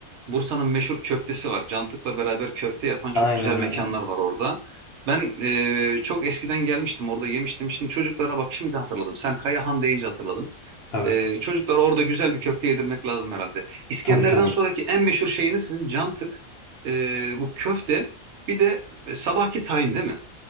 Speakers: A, on the right; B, on the left.
A: Bursa'nın meşhur köftesi var. Cantık'la beraber köfte yapan çok
B: Aynen
A: güzel mekanlar
B: öyle.
A: var orada. Ben e, çok eskiden gelmiştim orada yemiştim. Şimdi çocuklara bak şimdi hatırladım. Sen Kayahan deyince hatırladım.
B: Tabii.
A: E, çocuklara orada güzel bir köfte yedirmek lazım herhalde. İskender'den
B: Tabii tabii.
A: sonraki en meşhur şeyiniz sizin Cantık. E, bu köfte bir de e, sabahki tayin değil mi?